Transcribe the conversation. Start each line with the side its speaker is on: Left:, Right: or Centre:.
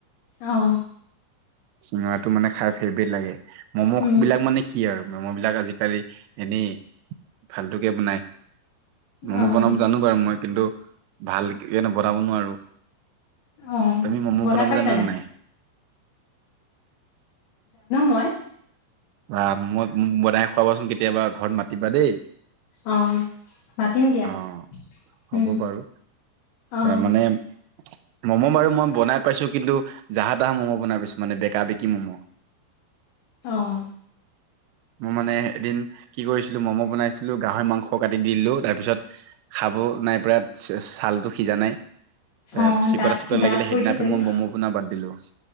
Left: আহ
Right: চিঙৰাটো মানে খাই ফেভৰেট লাগে ম'ম'
Left: উম,
Right: বিলাক মানে কি আৰু মেম' বিলাক আজিকালি এনেই ভালটোকে বনাই মম'
Left: অ',
Right: বনাম জানো বাৰু মই কিন্তু ভাল কেনে বনাব নোৱাৰো
Left: অ',
Right: তমি মম্ম
Left: বনাই
Right: প ন
Left: পাইছা
Right: ম জান নাই
Left: হয়
Right: আহ মই মোক বনাই খুৱাবাচোন কেতিয়াবা ঘৰত মাতিবা দেই
Left: অ', মাতিম দিয়া
Right: অ হ'ব
Left: উম,
Right: বাৰু
Left: অ',
Right: এ মানে ম'ম' বাৰু মই বনাই পাইছো কিন্তু জাহা তাহা ম'ম' বনাই পাইছো মানে বেকা বেকি ম'ম'
Left: অঁ
Right: মই মানে এদিন কি কৰিছিলো ম'ম' বনাইছিলো গাহৰি মাংস কাটি দিলো তাৰ পিছত খাব চাব নাই পৰা ছাল ো সিজা নাই ত
Left: অ',
Right: চিকৰা
Left: দাঁত
Right: চিকৰা লাগিলে
Left: দাঁত
Right: সেইদিিন
Left: কৰিছে চাগে
Right: প মই বম্ম পোণ বাদ দিলো